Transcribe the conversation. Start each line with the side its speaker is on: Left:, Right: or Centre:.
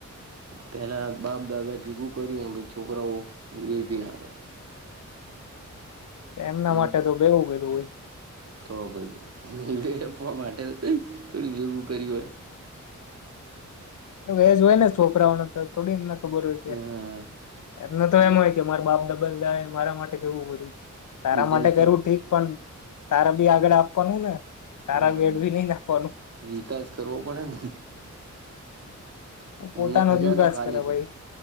Right: પહેલા બાપ દાદા ભેગું કર્યું ને ભ છોકરાઓ વેડફી નાખે. <inaudible>
Left: એમના
Right: અમુક
Left: માટે તો ભેગું ભેગું હોય.
Right: તો ભાઈ. વેડ આપવા માટે થોડી ભેગું કર હોય.
Left: વેજ હોય ને છોકરાઓને તો થોડીમને ખબર હોય કે.
Right: હા
Left: એમને તો
Right: અમુક
Left: એમ હોય કે મારે બાપ દા. મારા માટે જવું બધું તારા
Right: જલસા
Left: માટે કરવું ઠીક પણ. તારા બી આગળ આપવાનું ને. તારા
Right: હા
Left: બેડ બી નહી નાખવાનું
Right: વિકાસ કરવો પડેને.
Left: પોતાનો
Right: એમનો ખજાનો
Left: જ વિકાસ
Right: ખાલી
Left: કરે
Right: થ
Left: ભાઈ